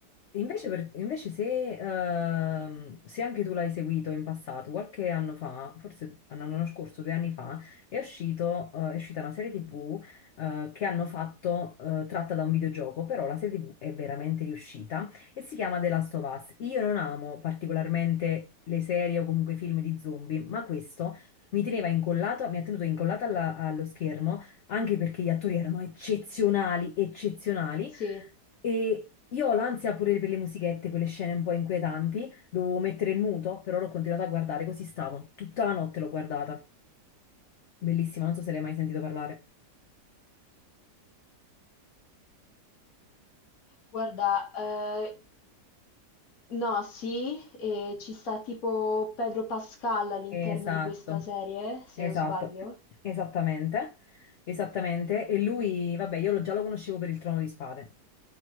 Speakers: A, on the left (about 75°); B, on the left (about 60°).
A: Invece, per- invece se, ehm, se anche tu l'hai seguito in passato, qualche anno fa, forse l'anno scorso, due anni fa, è uscito, eh, è uscita una serie TV, eh, che hanno fatto, eh, tratta da un videogioco, però la serie TV è veramente riuscita e si chiama The Last of Us. Io non amo particolarmente le serie o comunque i film di zombie, ma questo mi teneva incollato, mi ha tenuto incollata alla- allo schermo, anche perché gli attori erano eccezionali, eccezionali.
B: Sì,
A: E io ho l'ansia pure per le musichette, quelle scene un po' inquietanti. Dovevo mettere il muto, però l'ho continuato a guardare, così stavo. Tutta la notte l'ho guardata. Bellissima, non so se l'hai mai sentito parlare.
B: guarda, eh, no, sì, e ci sta tipo Pedro Pascal all'interno
A: Esatto,
B: di questa serie, se
A: esatto,
B: non sbaglio.
A: esattamente, esattamente. E lui, vabbè, io lo- già lo conoscevo per il Trono di Spade.